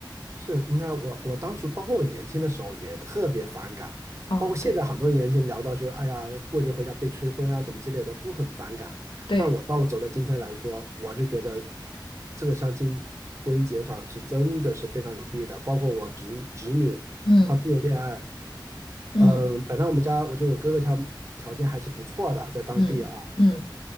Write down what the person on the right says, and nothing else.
是，你看我，我当初包括我年轻的时候也特别反感，
包括现在很多年轻人聊到说，
哎呀，过年回家被催婚啊什么之类的，都很反感。
但我到我走到今天来说，我就觉得这个相亲婚姻介绍是真的是非常有弊的。包括我侄侄女，
她自由恋爱，
嗯，本来我们家我觉得我哥哥他条件还是不错的，在当地啊，